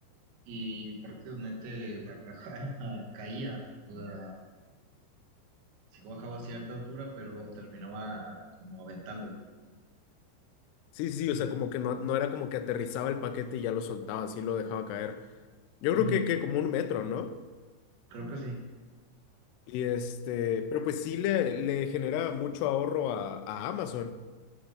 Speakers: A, on the right; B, on the left.
A: y prácticamente la caja <laughs> caía, o sea, sí bajaba a cierta altura, pero terminaba como aventándolo.
B: Sí, sí, sí, o sea, como que no, no era como que aterrizaba el paquete y ya lo soltaba, así lo dejaba caer. Yo
A: Ujú,
B: creo que, que como un metro, ¿no?
A: Creo que sí,
B: Y este, pero pues sí le, le genera mucho ahorro a, a Amazon.